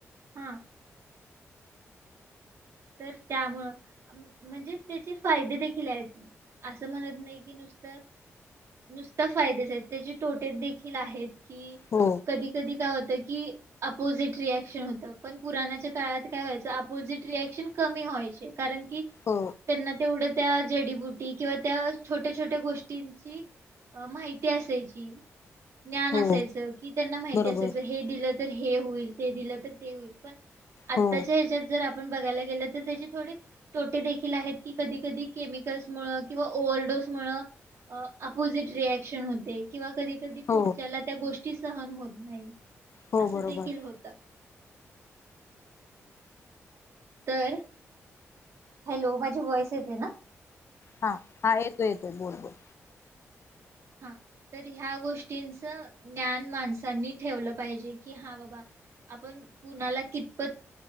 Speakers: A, on the right (about 60°); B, on the left (about 55°).
A: हां तर त्यामुळं म्हणजे त्याचे फायदे देखील आहेत असं म्हणत नाही कि नुसतं नुसतं फायदेच आहेत त्याचे तोटे देखील आहेत कि
B: हो
A: कधी कधी काय होतं की अपोजिट रिएक्शन होत, पण पुराणाच्या काळात काय व्हायचं अपोजिट रिए शीन कमी व्हायचे कारण की
B: हो
A: त्यांना तेवढं त्या जडीबुटी किंवा त्या छोट्या- छोट्या गोष्टींची अ माहिती असायची. ज्ञान
B: हो
A: असायचं, कि त्यांना माहिती
B: बरोबर
A: असायचं हे दिलं तर हे होईल ते दिलं तर ते होईल पण, आत्ताच्या
B: हो
A: ह्याच्यात जर आपण बघायला गेलं तर त्येची थोडी तोटे देखील आहेत की, कधी कधी केमिकल्स मुळं किंवा ओव्हरडोस मुळं अपोजिट रिऍक्शन होते किंवा कधी कधी
B: हो
A: पुढच्याला त्या गोष्टी सहन होत नाहीत
B: हो
A: असं
B: बरोबर
A: देखील होतं तर हॅलो माझी वॉइस येते ना.
B: हा हा येतोय येतोय बोल बोल
A: हा तर ह्या गोष्टींचं ज्ञान माणसांनी ठेवलं पाहिजे की हा बाबा आपण कुणाला कितपत